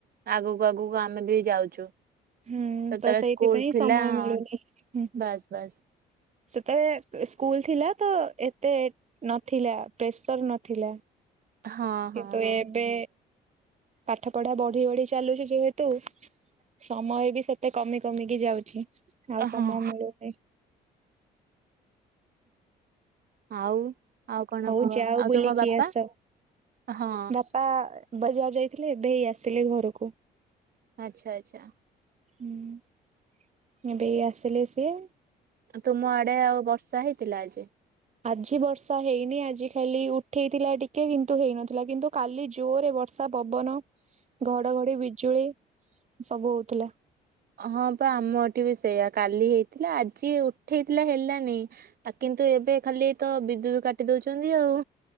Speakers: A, on the right; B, on the right.
A: ଆଗକୁ ଆଗକୁ ଆମେ ବି ଯାଉଚୁ।
B: ହୁଁ
A: ସେତେବେଳେ
B: ତ ସେଇଥିପାଇଁ
A: ସ୍କୁଲ ଥିଲା
B: ସମୟ ମିଳୁନି
A: ହଁ
B: ହୁଁ ହୁଁ
A: ବାସ୍ ବାସ୍।
B: ସେତେବେଳେ ସ୍କୁଲ ଥିଲା ତ ଏତେ ନଥିଲା ପ୍ରେସର ନଥିଲା।
A: ହଁ ହଁ
B: କିନ୍ତୁ
A: ହଁ
B: ଏବେ ପାଠ ପଢା ବଢି ବଢି ଚାଲୁଛି ଯେହେତୁ ସମୟ ବି ସେତେ କମି କମିକି ଯାଉଛି ଆଉ ସମୟ
A: ହଁ
B: ମିଳୁନି।
A: ଆଉ ଆଉ କଣ
B: ହଉ
A: କୁହ
B: ଯାଅ
A: ଆଉ
B: ବୁଲିକି
A: ତୁମ ବାପା
B: ଆସ
A: ହଁ
B: ବାପା ବଜାର ଯାଇଥିଲେ ଏବେ ହେଇ ଆସିଲେ ଘରକୁ।
A: ଆଚ୍ଛା ଆଚ୍ଛା।
B: ହୁଁ ଏବେ ଏଇ ଆସିଲେ ସିଏ?
A: ଆଉ ତୁମ ଆଡେ ଆଉ ବର୍ଷା ହେଇଥିଲା ଆଜି?
B: ଆଜି ବର୍ଷା ହେଇନି ଆଜି ଖାଲି ଉଠେଇଥିଲା ଟିକେ କିନ୍ତୁ ହେଇନଥିଲା କିନ୍ତୁ କାଲି ଜୋରରେ ବର୍ଷା ବର୍ଷା, ପବନ, ଘଡ଼ଘଡ଼ି, ବିଜୁଳି ସବୁ ହଉଥିଲା।
A: ହଁ ପା ଆମ ଏଠି ବି ସେଇୟା କାଲି ହେଇଥିଲା ଆଜି ଉଠେଇଥିଲା ହେଲାନି ଆ କିନ୍ତୁ ଏବେ ଖାଲି ତ ବିଦ୍ୟୁତ କାଟି ଦଉଚନ୍ତି ଆଉ।